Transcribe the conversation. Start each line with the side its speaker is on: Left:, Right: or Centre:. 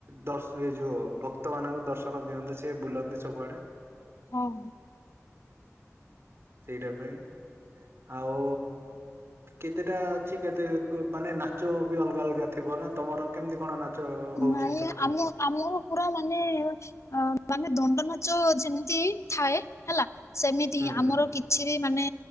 Right: ଦର୍ ଏଇ ଯୋଉ ଭକ୍ତ ମାନଙ୍କୁ ଦର୍ଶନ ଦିଅନ୍ତି ସିଏ ବୁଲନ୍ତି ସବୁଆଡେ
Left: ହଁ।
Right: ସେଇଟା ପାଇଁ ଆଉ କେତେଟା ଅଛି କେତେ ମାନେ ନାଚ ବି ଅଲଗା ଅଲଗା ଥିବ ନା ତମର କେମିତି କଣ ନାଚ ହଉଛି
Left: ନାଇଁ
Right: ସେପଟେ
Left: ଆମେ ଆମର ପୁରା ମାନେ ଅ ମାନେ ଦଣ୍ଡ ନାଚ ଯେମିତି ଥାଏ ହେଲା ସେମିତି
Right: ହୁଁ
Left: ହିଁ ଆମର
Right: ହୁଁ
Left: ଛି ମାନେ